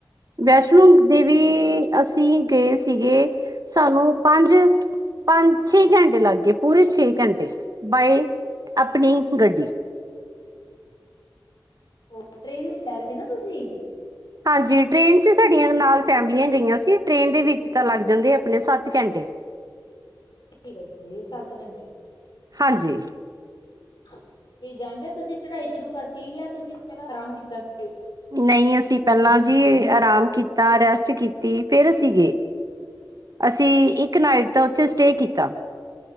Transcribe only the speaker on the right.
ਵੈਸ਼ਨੋ ਦੇਵੀ ਅਸੀ ਗਏ ਸੀਗੇ ਸਾਨੂੰ ਪੰਜ ਪੰਜ, ਛੇ ਘੰਟੇ ਲੱਗ ਗਏ ਪੂਰੇ ਛੇ ਘੰਟੇ ਬਾਏ ਆਪਣੀ ਗੱਡੀ
ਹਾਂਜੀ ਟ੍ਰੇਨ ਚ ਸਾਡੀਆਂ ਨਾਲ ਫੈਮਲੀਆਂ ਗਈਆਂ ਸੀ। ਟ੍ਰੇਨ ਦੇ ਵਿੱਚ ਤਾ ਲੱਗ ਜਾਂਦੇ ਆਪਣੇ ਸੱਤ ਘੰਟੇ।
ਹਾਂਜੀ।
ਨਈ ਅਸੀ ਪੈਲਾ ਜੀ ਆਰਾਮ ਕੀਤਾ, ਰੈਸਟ ਕੀਤੀ ਫੇਰ ਅਸੀ ਗਏ। ਅਸੀ ਇੱਕ ਨਾਈਟ ਦਾ ਉੱਥੇ ਸਟੇ ਕੀਤਾ